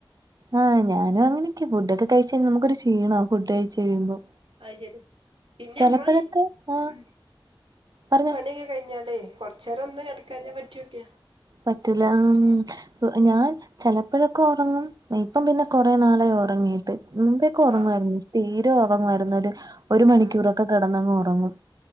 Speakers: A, on the right; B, on the right.
A: ആഹ് ഞാനും അങ്ങനൊക്കെ ഫുഡൊക്കെ കഴിച്ചഴിഞ്ഞ നമ്മക്കൊരു ക്ഷീണ ഫുഡ് കഴിച്ച് കഴിയുമ്പോ
B: അയ് ശരി പിന്നെ
A: ചെലപ്പഴൊക്കെ
B: അമ്മള്
A: ആഹ്
B: ഉം
A: പറഞ്ഞോ
B: പണിയൊക്കെ കഴിഞ്ഞാലെ കൊറച്ചേരൊന്ന് കെടക്കാഞ്ഞപറ്റൂല്ല്യ
A: പറ്റൂലാ ഉം സു ഞാൻ ചെലപ്പോഴൊക്കെ ഉറങ്ങും ഇപ്പം പിന്നെ കൊറെനാളായി ഉറങ്ങീയിട്ട് മുമ്പേ ക്കെ ഒറങ്ങുവായിരുന്നു
B: ആഹ്
A: സ്ഥിരം ഉറങ്ങുവായിരുന്നു ഒരു ഒരു മണിക്കൂറൊക്കെ
B: ആഹ്
A: കിടന്നങ്ങ് ഉറങ്ങും